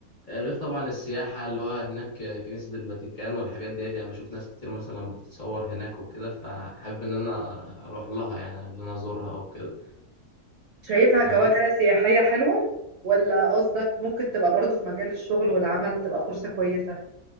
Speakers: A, on the left (about 40°); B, on the right (about 65°).
A: آه، غير طبعا السياحه اللي هو هناك آه، كنيسه الفاتيكان والحاجات ديت يعني بشوف ناس كتير مثلا بتتصور هناك وكده فحابب ان انا اروح لها يعني ان انا ازورها او كده
B: شايفها
A: فاهمه
B: كواجهة سياحية حلوة ولا قصدك ممكن تبقى برضو في مجال الشغل والعمل تبقى فرصة كويسة